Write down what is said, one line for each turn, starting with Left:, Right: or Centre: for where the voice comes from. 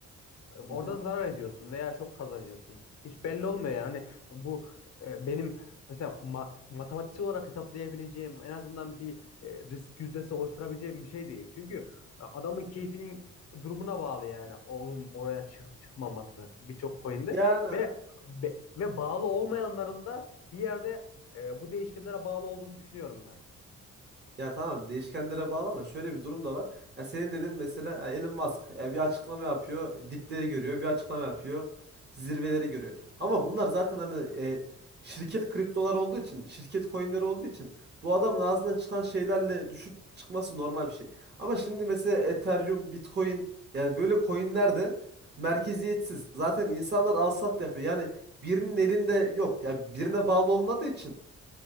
Left: Oradan
Right: Hı hı.
Left: zarar ediyorsun veya çok kazanıyorsun. Hiç belli olmuyor yani. Hani bu e, benim mesela ma- matematiksel olarak hesaplayabileceğim en azından bir e, risk yüzdesi oluşturabileceğim bir şey değil. Çünkü e, adamın keyfinin durumuna bağlı yani onun oraya çıkıp çıkmaması birçok coin'de
Right: Yani
Left: ve be- ve bağlı olmayanların da bir yerde e, bu değişkenlere bağlı olduğunu düşünüyorum ben.
Right: Ya tamam değişkenlere bağlı ama şöyle bir durum da var. Ya senin dedin mesela ha, Elon Musk e, bir açıklama yapıyor, dipleri görüyor, bir açıklama yapıyor, zirveleri görüyor. Ama bunlar zaten hani e, şirket kriptolar olduğu için, şirket coinleri olduğu için bu adamın ağzından çıkan şeylerle düşüp çıkması normal bir şey. Ama şimdi mesela Ethereum, Bitcoin yani böyle coinler de merkeziyetsiz. Zaten insanlar al sat yapıyor. Yani birinin elinde yok. Ya birine bağlı olmadığı için